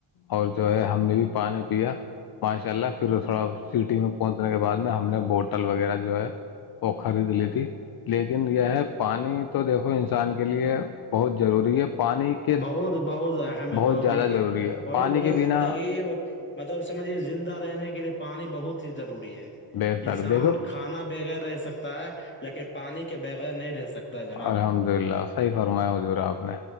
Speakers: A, on the left (about 50°); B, on the left (about 25°).
A: اور جو ہے ہم نے بھی پانی پیا پانچ چال ال پھر تھوڑا سٹی میں پہنچنے کے بعد میں ہم نے بوٹل وغیرہ جو ہے وہ خرید لیتی لیکن یہ ہے پانی تو دیکھو انسان کے لیے بہت ضروری ہے پانی کے
B: بہت بہت اہم ہے
A: بہت
B: بہ
A: زیادہ
B: جی جی
A: ضروری ہے
B: وہی
A: پانی
B: نا بولے
A: کے بنا
B: زندگی مطلب سمجھیے زندہ رہنے کے لیے پانی بہت ہی ضوری ہے
A: بے تک
B: انسان
A: دیکھو
B: کھانا بغیر رہ سکتا ہے لیکن پانی کے بعد بغیر نہیں رہ سکتا ہے جناب
A: الحمد للہ صحیح فرمایا حجورا آپ نے